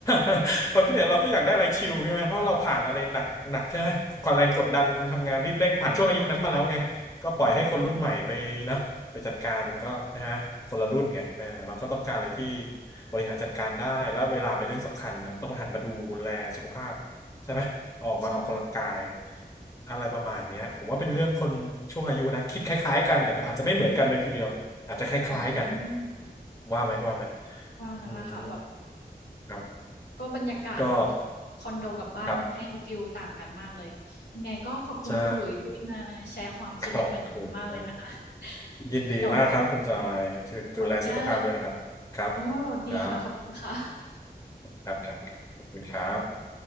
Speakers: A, on the left; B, on the left.
A: <laughs> ความคิดเห็นเราก็อยากได้อะไรชิลใช่ไหมเพราะเราผ่านอะไรหนักหนักใช่ไหมความแรงกดดันทำงานรีบเร่งผ่านช่วงอายุนั้นมาแล้วไงก็ปล่อยให้คนรุ่นใหม่ไปเนาะไปจัดการมันก็ใช่ไหมคนละรุ่นไงเออเราก็ต้องการอะไรที่
B: <laughs> อืม
A: บริหารจัดการได้แล้วเวลาเป็นเรื่องสำคัญนะต้องหันมาดูแลสุขภาพใช่ไหมออกมาออกกำลังกาย
B: ใช่
A: อะไรประมาณเนี้ยผมว่าเป็นเรื่องคนช่วงอายุนะคิดคล้ายๆกันแต่อาจจะไม่เหมือนกันเลยทีเดียวอาจจะคล้ายๆกันนะ
B: อืม
A: ว่าไหมว่าไหม
B: ว่างั้นแหละค่ะแบบ
A: อืม ครับ
B: ก็บรรยากาศเนาะ
A: ก็
B: คอนโดกับบ้านมันให้ฟีลต่างกันมากเลยยังไงก็ขอบคุณคุณหลุยส์ที่มาแชร์ความคิดในวันนี้มากเลยนะคะ
A: ครับ ใช่ ขอบคุณมาก ยินดีมากครับคุณจอยดูดูแลสุขภาพด้วยนะครับครับ
B: เดี๋ยวขออนุญาตโอ้ดีค่ะขอบคุณค่ะ
A: ครับ ครับ ครับ ครับ ขอบคุณครับ